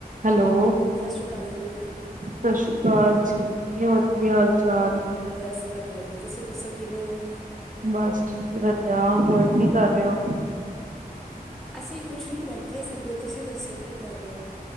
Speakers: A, on the right (about 55°); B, in the centre.
A: Hello
B: ਸਸ ਸ੍ਰੀ ਕਾਲ ਜੀ।
A: ਸਸ ਸ੍ਰੀ ਕਾਲ ਜੀ, ਹੋਰ ਕੀ ਹਾਲ ਚਾਲ।
B: ਬਸ ਵਧੀਆ ਜੀ ਤੁਸੀਂ ਦੱਸੋ ਕਿਵੇਂ ਹੋ।
A: ਬਸ ਠੀਕ ਵਧੀਆ, ਹੋਰ ਕੀ ਕਰ ਰਹੇ ਹੋ?
B: ਅਸੀਂ ਕੁਛ ਨਹੀਂ ਬੈਠੇ ਸੀਗੇ। ਤੁਸੀਂ ਦੱਸੋ ਕੀ ਕਰ ਰਹੇ ਹੋ?